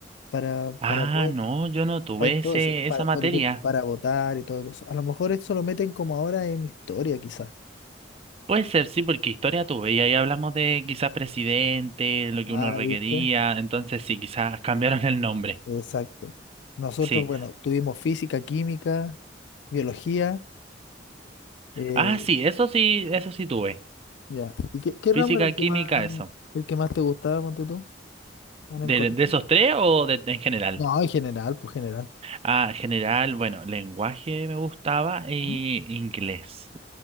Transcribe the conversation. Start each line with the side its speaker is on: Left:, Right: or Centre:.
Left: para,
Right: Ah,
Left: para poder,
Right: no, yo no tuve
Left: para todo
Right: ese,
Left: eso, para,
Right: esa materia.
Left: ponte tú para votar y todo eso. A lo mejor esto lo meten como ahora en historia, quizás.
Right: Puede ser, sí, porque historia tuve y ahí hablamos de quizás presidente, lo que
Left: Ah,
Right: uno requería,
Left: ¿viste?
Right: entonces sí, quizás <laughs> cambiaron el nombre.
Left: Exacto. Nosotros,
Right: Sí.
Left: bueno, tuvimos física, química, biología. eh,
Right: Ah, sí, eso sí, eso sí tuve.
Left: Ya. ¿Y qué, qué
Right: Física,
Left: ramo era el que
Right: química,
Left: más,
Right: eso.
Left: el que más te gustaba, ponte tú, en
Right: ¿De,
Left: el colegio?
Right: de esos tres o de, en general?
Left: No, en general, pues general.
Right: Ah, en general, bueno, lenguaje me gustaba y
Left: ¿Mm?
Right: inglés.